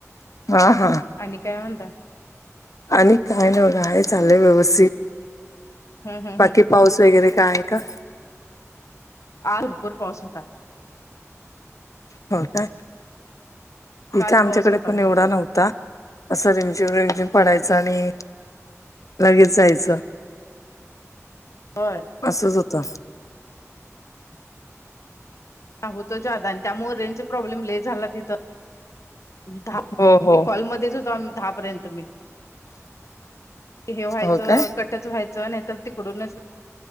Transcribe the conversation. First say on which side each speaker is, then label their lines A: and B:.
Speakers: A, on the left; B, on the left.
A: हा हा.
B: आणि काय म्हणताय
A: आणि काय न बघा हे चाललंय व्यवस्थित
B: हम् हम्
A: बाकी
B: हम्
A: पाऊस वगैरे कायय का?
B: आ भरपूर पाोसूनता
A: हो काय
B: काल
A: इथे आमच्याकडे
B: पाऊस होता
A: पण
B: भरपूर
A: एवढा नव्हता. असं तमच्यावरज पडायचं आणि लगेच जायचं.
B: होय.
A: असंच होतं.
B: होत जादा आणि त्यामुळे रें प्रॉब्लेम ले झाला तिथ. ते
A: हो हो
B: कॉलमध्येध्येच होतो् दहा पर्यंत मी हे व्हायचं
A: हो काय
B: कट. व्हायचं नाही तर तिकडूनच